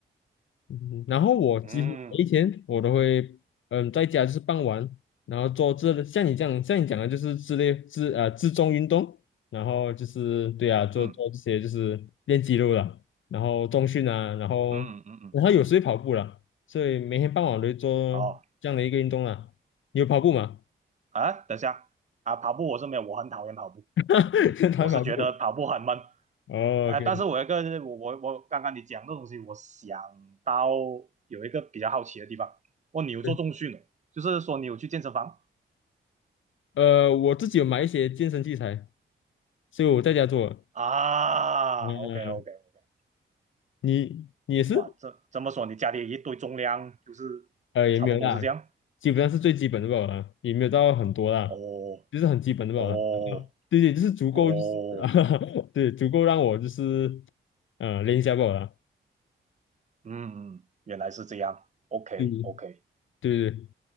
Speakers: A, on the left; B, on the right.
A: 嗯然后我几乎每一天我都会，
B: 嗯
A: 嗯，在家就是傍晚，然后做这像你这样像你讲的，就是之类自呃自重运动，然后就是对啊，做做这些就是练肌肉了，
B: 嗯
A: 然后重训啊，然后然后有时会跑步了，
B: 嗯嗯嗯嗯，
A: 所以每天傍晚我都会做这样的一个运动啦。
B: 哦
A: 你有跑步吗？
B: 啊，等一下啊，跑步我是没有，我很讨厌跑步，
A: <laughs>
B: 我是觉得跑步很闷。
A: 他跑步。哦，OK，
B: 呃，但是我有一个我我我刚刚你讲这东西，我想到有一个比较好奇的地方，哦，你有做重训哦，
A: 对，
B: 就是说你有去健身房
A: 呃，我自己有买一些健身器材，所以我在家做。
B: 啊？OK
A: 嗯，
B: OK OK，
A: 你你也是？
B: 哇，这这么说你家里一堆重量，就是差不多是这样？
A: 呃，也没有啦，基本上是最基本的吧啦，也没有到很多啦，
B: 哦
A: 就是很基本的吧啦。
B: 哦
A: 对对，就是足够，
B: 哦，
A: 就是啊 <laughs> 对，足够让我就是呃练一下吧啦。
B: 嗯，嗯原来是这样，OK
A: 嗯
B: OK，
A: 对对对，